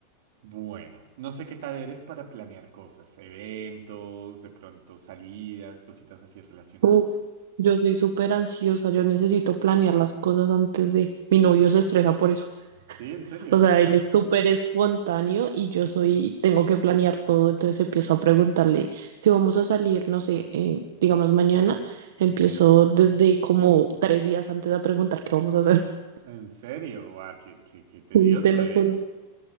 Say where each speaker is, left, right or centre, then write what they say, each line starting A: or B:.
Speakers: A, on the right (about 65°); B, on the right (about 85°).
A: Bueno, no sé qué tal eres para planear cosas, eventos, de pronto salidas, cositas así relacionadas.
B: Uf, yo soy súper ansiosa, yo necesito planear las cosas antes de... Mi novio se estresa por eso.
A: Sí, en serio,
B: O sea,
A: o sea,
B: él es súper espontáneo y yo soy, tengo que planear todo, entonces empiezo a preguntarle si vamos a salir, no sé, eh, digamos mañana, empiezo
A: ujú,
B: desde como tres días antes a preguntar qué vamos a hacer. <laughs>
A: En serio, guau, qué, qué, qué tedioso,
B: Sí, te lo
A: ¿eh?
B: juro.